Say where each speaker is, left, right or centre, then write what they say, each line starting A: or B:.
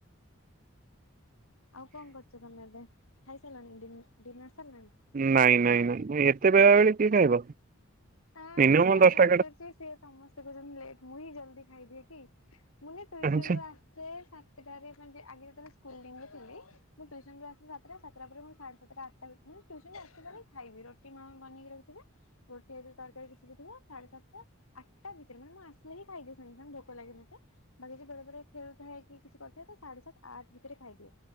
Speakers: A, on the left; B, on the right.
A: ଆଉ କଣ କରୁଛ ତମେ ଏବେ ଖାଇ ସାରିଲଣି ଡିନ ଡିନର ସରିଲାଣି?
B: ନାଇଁ ନାଇଁ ନାଇଁ ଏତେ ବେଳାବେଳି କିଏ ଖାଇବ।
A: ତ
B: ମିନିମମ୍
A: ମୁଁ ଯାହାକୁ
B: ଦଶଟା
A: ପଚାରୁଛି ସିଏ ସମସ୍ତେ କହୁଛନ୍ତି ଲେଟ୍ ମୁଁ ହିଁ ଜଲ୍ଦି ଖାଇ ଦିଏ କି ମୁଁ ବା
B: ଏଗାରଟା
A: ଟୁସନ୍ ରୁ ଆ ସେ ସାତଟାରେ କଣ ଯେ ଆଗେ ଯେତେବେଳେ ସ୍କୁଲରେ ମୁଁ ଯାଉଥିଲି ମୁଁ ଟ୍ୟୁସନ୍ ରୁ ଆସିବି ସାତଟାରେ ସାତଟା ପରେ ମୁଁ ସାଢେ ସାତଟା ଆଠଟା ଭିତରେ ମୁଁ ଟ୍ୟୁସନ୍ ରୁ ଆସିବି ମାନେ ଖାଇବି ରୁଟି ମା ବନେଇକି ରଖିଥିବେ ପିଆଜି ତରକାରୀ କିଛି ହେଇଥିବ ସାଢେ ସାତଟା ଆଠଟା ଭିତରେ ମାନେ ମୁଁ ଆସିଲେ ବି ଖାଇଦିଏ ସାଙ୍ଗେ ସାଙ୍ଗେ ଭୋକ ଲାଗେ ମତେ। ବେଳେ ବେଳେ ଖେଳୁଥାଏ କି କିଛି କରୁଥାଏ କି ସାଢେ ସାତ ଆଠ ଭିତରେ ଖାଇଦିଏ।